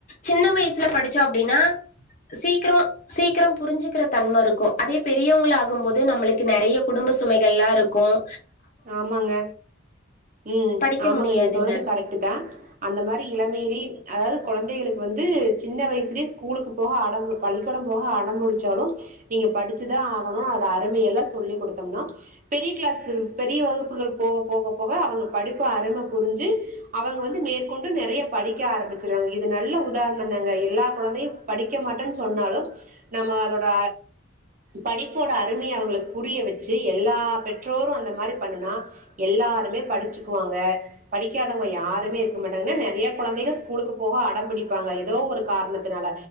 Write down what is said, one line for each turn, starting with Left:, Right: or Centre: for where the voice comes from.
Left: சின்ன வயசுல படிச்சோம் அப்படின்னா சீக்கிரோம் சீக்கிரோம் புரிஞ்சுக்கிற தன்மை இருக்கும் அதே பெரியவங்கள ஆகும் போது நம்மளுக்கு நிறைய குடும்ப சுமைகள்லா இருக்கும்
Right: ஆமாங்க ம்
Left: படிக்க
Right: ஆமாங்க
Left: முடியாதுங்க
Right: நீங்க சொன்னது கரெக்ட் தான் அந்த மாதிரி இளமையலே அதாவது குழந்தைகளுக்கு வந்து சின்ன வயசுலயே ஸ்கூலுக்கு போகட பள்ளிக்கூட போக ஆடம்படிச்சாலு நீங்க படிச்சதான் ஆகணு அருமையல்லா சொல்லிகொடுத்தம் நா பெரிய கிளாஸ் பெரிய வகுப்புகள் போக போக போக அவங்க படிப்பு அருமை புரிஞ்சு அவங்க வந்து மேற்கொண்டு நிறைய படிக்க ஆரம்பிச்சறாங்க இது நல்ல உதாரணம் தாங்க எல்லா குழந்தையும் படிக்க மாட்டேன்னு சொன்னாலு நம்ம அதோட படிப்போட அருமையை அவங்களுக்கு புரிய வச்சு எல்லா பெற்றோரு அந்த இந்த மாரி பன்னுனா எல்லாருமே படிச்சுக்குவாங்க படிக்காதவங்க யாருமே இருக்க மாட்டாங்கா நெறைய குழந்தைங்க ஸ்கூலுக்கு போக அடம் பிடிப்பாங்க ஏதோ ஒரு காரணத்தினால